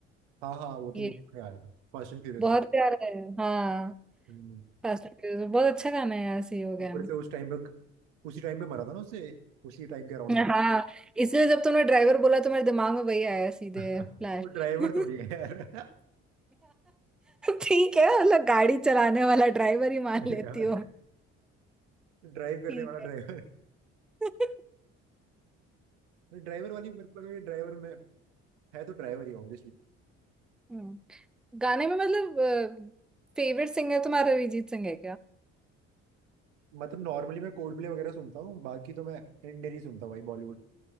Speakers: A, on the right; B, in the centre.
A: हाँ हाँ वो तो
B: ये
A: बुक में आया था फास्ट एंड फ्यूरियस
B: बहुत
A: में
B: प्यारा है हाँ
A: हम्म,
B: फास्ट एंड फ्यूरियस बहुत अच्छा गाना है यार सी हो गया
A: ऊपर से उस टाइम पे उसी टाइम पे मरा था ना उससे उसी टाइम के अराउंड
B: मैं
A: मरा
B: हाँ इसलिए जब तुमने ड्राइवर बोला तो मेरे दिमाग में वही आया सीधे
A: था।
B: फ्लैश
A: <laughs> वो ड्राइवर
B: <laughs>
A: थोड़ी है यार <laughs>
B: ठीक है मतलब गाड़ी चलाने वाला ड्राइवर ही मान
A: अरे
B: लेती
A: यार
B: हूँ
A: ड्राइव करने
B: ठीक
A: वाला
B: है
A: ड्राइवर
B: <laughs>
A: ड्राइवर वाली मेरे को लगा कि ड्राइवर में है तो ड्राइवर ही ऑब्वियसली
B: हम्म, गाने में मतलब फेवरेट सिंगर तुम्हारा अरिजीत सिंह है
A: मतलब नॉर्मली मैं कोल्ड प्ले वगैरह सुनता हूँ बाकी तो मैं इंडियन ही सुनता हूँ भाई बॉलीवुड